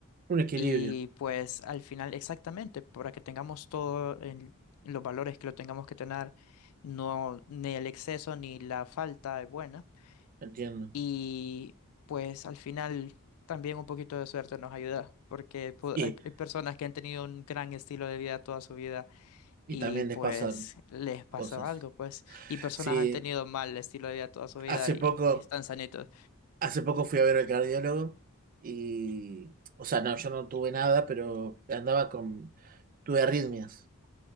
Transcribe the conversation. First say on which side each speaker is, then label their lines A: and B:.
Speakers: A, on the right; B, on the left.
A: Un equilibrio,
B: Y pues al final, exactamente, para que tengamos todo en los valores que lo tengamos que tener, no, ni el exceso ni la falta es buena.
A: entiendo.
B: Y pues al final también un poquito de suerte nos ayuda, porque pu-
A: Y
B: hay, hay personas que han tenido un gran estilo de vida toda su vida
A: Y
B: y
A: también
B: pues
A: les pasan
B: les pasa
A: cosas.
B: algo, pues. Y personas
A: Sí,
B: han tenido mal estilo de vida toda su vida
A: hace
B: y
A: poco,
B: ahí están sanitos.
A: hace poco fui a ver al cardiólogo y, o sea, no, yo no tuve nada, pero andaba con, tuve arritmias.